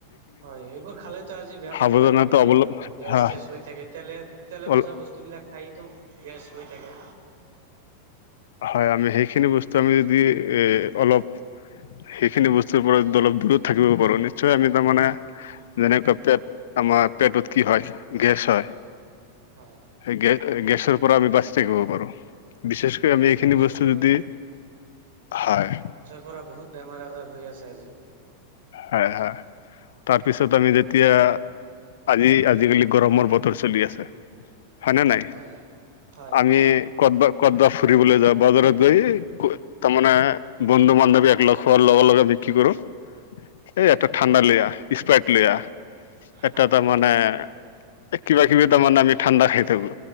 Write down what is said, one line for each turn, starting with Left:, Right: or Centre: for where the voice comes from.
Right: হয় সেইবোৰ খালেতো আজি বেমাৰতো
Left: সাৱধানতা
Right: বাঢ়ি বাঢ়ে
Left: অৱলম্ব
Right: মানুহৰ, গেছ-থেছ
Left: হা
Right: হৈ থাকে তেলে-তেলে
Left: অল
Right: ভজা বস বস্তুবিলাক খাইতো গেছ হৈ থাকে।
Left: হয় আমি সেইখিনি বস্তু আমি যদি এ অলপ সেইখিনি বস্তুৰ পৰা অলপ দূৰত থাকিব পাৰো নিশ্চয় আমি তাৰ মানে যেনেকুৱা পেট আমাৰ পেটত কি হয় গেছ হয়।
Right: হয়।
Left: সেই গে গেছৰ পৰা আমি বাচি থাকিব পাৰো, বিশে
Right: হয়
Left: আমি এইখিনি
Right: গেছৰ
Left: বস্তু
Right: পৰা
Left: যদি, হয়।
Right: পৰা বহুত বেমাৰ আজাৰ হৈ আছে আজি।
Left: হয়, ‌ হয়, তাৰপিছত আমি যেতিয়া আজি আজিকালি গৰমৰ বতৰ চলি আছে। হয়নে নাই,
Right: হয় হয়
Left: আমি
Right: হয়
Left: কতবা-কতবা ফুৰিবলৈ যাওঁ বজাৰত গৈ তাৰমানে বন্ধু-বান্ধৱী এক লগ হোৱাৰ লগে-লগে আমি কি কৰো? এই এটা ঠাণ্ডা লৈ আহ, স্প্ৰাৰইট লৈ আহ, এটা
Right: হয়
Left: তাৰমানে
Right: হয়
Left: এ কিবা কিবি তাৰমানানে আমি ঠাণ্ডা খাই থাকো,